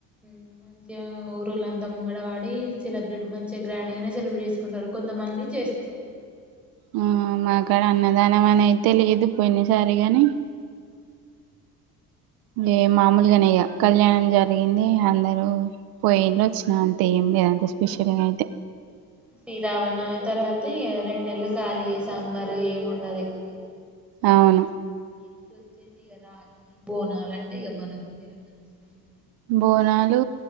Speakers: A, in the centre; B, on the right.
A: ఊ మంచిగా ఊరుళ్ళంతా ముంగడ వాడి సెలబ్రేట్ మంచిగా గ్రాండ్ గానే సెలబ్రేట్ చేసుకుంటారు కొంతమంది చేసుకోరు
B: ఆ మాగాడ అన్న వానవానవైతె అయితే లేదు పోయినసారి గాని లేే మామూలుగనే ఇగ కళ్యాణం జరిగింది అందరు పోయిలో వచ్చిన అంతే ఏం లేదు అంతే స్పెషల్గా అయితే
A: శ్రీరామనవమి తర్వాత ఇగ రెండు నెలు ఖాళీ ఇగ సమ్మర్ ఏమి ఉండదు ఎక్కువ
B: అవును
A: నెక్స్ట్ వచ్చేది ఇగ రాఖీ బోనాల అంటే ఇగ మనకు తెలంగాణ స్పెషల్
B: బోనాలు